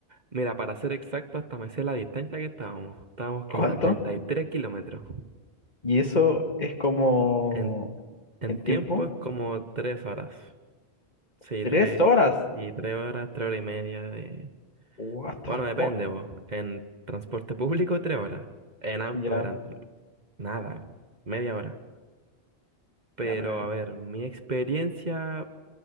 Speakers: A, on the right (about 40°); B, on the left (about 40°).
A: Mira, para ser exacto, hasta me sé la distancia que estábamos. Estábamos como
B: ¿Cuánto?
A: a 33 kilómetros.
B: Y eso es como
A: En, en
B: en
A: tiempo
B: tiempo,
A: es como 3 horas. Sí,
B: tres
A: 3
B: horas.
A: Y 3 horas, 3 horas y media de...
B: What the
A: Bueno,
B: fuck.
A: depende, vos. En transporte público, 3 horas. En auto
B: Ya,
A: eran nada, media hora. Pero
B: ya, pero bien.
A: a ver, mi experiencia,